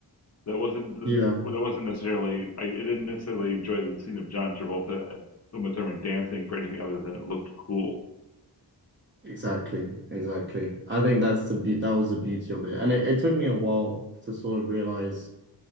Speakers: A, on the left (about 35°); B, on the right (about 25°).
A: that wasn't that
B: yeah,
A: wasn't necessarily. I, didn't necessarily enjoy the scene of John Travolta and Uma Thurman dancing for anything other than it looked cool.
B: exactly, exactly. I think that's the be that was the beauty of it, and it, it took me a while to sort of realize,